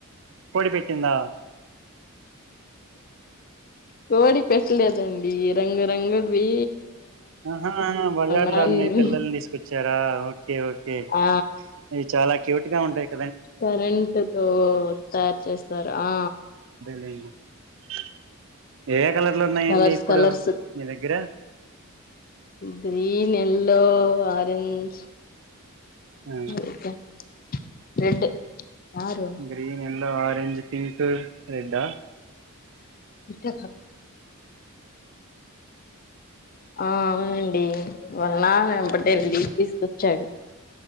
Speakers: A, on the right; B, on the left.
A: కోడి పెట్టిందా
B: కోడి పెట్టలేదండి రంగురంగులువి
A: ఆహ బజార్
B: నాన్న
A: లో మీ పిల్లల్ని తీసుకొచ్చారా ఓకే ఓకే
B: ఆ
A: ఇవి చాలా క్యూట్ గా ఉంటయి
B: కరెంట్ తో తయారు చేస్తారు ఆ
A: అ ఏ కలర్లు ఉన్నాయండి
B: కలర్స్
A: ఇప్పుడు
B: కలర్స్
A: మీ దగ్గర
B: గ్రీన్ ఎల్లో ఆరెంజ్
A: ఆ
B: అతే రెడ్ కారు
A: గ్రీన్ ఎల్ ఆరెంజ్ పింక్ రెడ్
B: ఇట్టే కా ఆ అవునండి మన్నా ఎంబటండి తీసుకొచ్చాడు